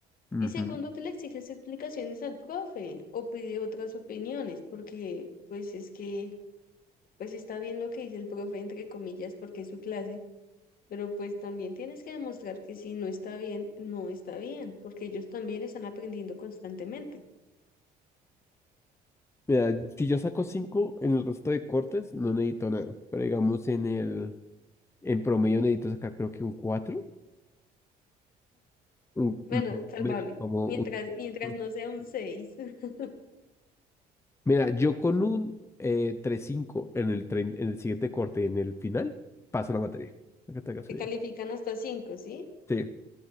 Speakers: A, on the left; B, on the left.
A: Ujú.
B: Y segundo, que le exiges explicaciones al profe o pide otras opiniones, porque pues es que, pues está bien lo que dice el profe, entre comillas, porque es su clase. Pero pues también tienes que demostrar que si no está bien, no está bien, porque ellos también están aprendiendo constantemente.
A: Mira, si yo saco 5 en el resto de cortes, no necesito nada. Pero digamos en el... En promedio necesito sacar creo que un cuatro un,
B: Bueno,
A: un-
B: salvable.
A: menos, como
B: Mientras,
A: un...
B: mientras
A: un-
B: no sea un 6. <laughs>
A: Mira, yo con un eh, tres cinco en el, tren- en el siguiente corte, en el final, paso la materia. Para que te hagas
B: Se
A: una
B: califican
A: idea.
B: hasta 5, ¿sí?
A: Sí, o